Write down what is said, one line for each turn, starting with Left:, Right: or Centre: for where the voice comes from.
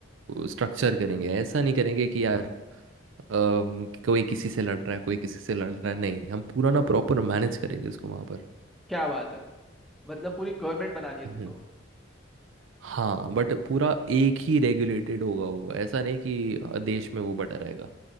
Right: स्ट्रक्चर करेंगे ऐसा नहीं करेंगे कि यार अम, कोई किसी से लड़ रहा है कोई किसी से लड़ रहा है नहीं हम पूरा ना प्रॉपर मैनेज करेंगे उसको वहां पर
Centre: क्या बात है मतलब पूरी गवर्नमेंट बनानी है
Right: हम्म,
Centre: तुमको
Right: हाँ बट पूरा एक ही रेगुलेटेड होगा वो ऐसा नहीं कि अ, देश में वो बटा रहेगा